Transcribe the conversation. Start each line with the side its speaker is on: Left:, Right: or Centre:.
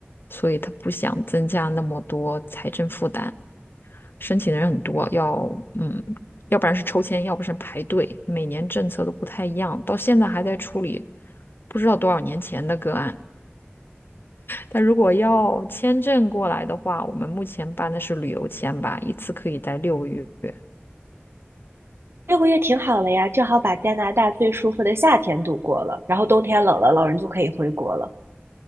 Left: 所以他不想增加那么多财政负担。申请的人很多，要嗯，要不然是抽签，要不是排队，每年政策都不太一样，到现在还在处理不知道多少年前的个案。但如果要签证过来的话，我们目前办的是旅游签吧，一次可以待六个月。对
Right: 六个月挺好了呀，正好把加拿大最舒服的夏天度过了，然后冬天冷了，老人就可以回国了。